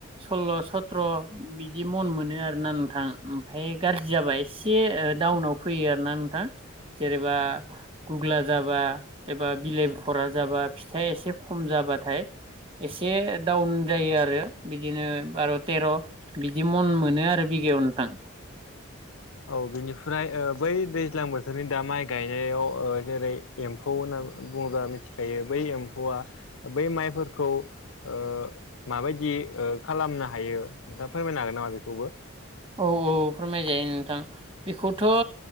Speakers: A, on the right; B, on the left.
A: सल्ल' सथ्र' बि बिदि मन मोनो आरोना नोंथां ओमफ्राय गाज्रि जाबा एसे डाउनाव फैयो आरोना नोंथां जेनेबा गुग्ला जाबा एबा बिलाइभरा जाबा फिथाइ एसे खम खम जाबाथाय एसे दडाउन जायो आरो बिदिनो बार' तेर' बिदि मन मोनो आरो बि बिगायाव नोंथां
B: औ बिनिफ्राय ओ बै दैज्लां बोथोरनि दा माइ गायनायाव जेरै एम्फौ होनना बुं ङोब्ला मिथिखायो बै एम्फौआ बै माइफोरखौ ओ माबायदि खालामनो हायो नों दा फोरमायनो हागोन नामा बेखौबो
A: औ औ फोरमायजायो नोंथां बेखौथ ओ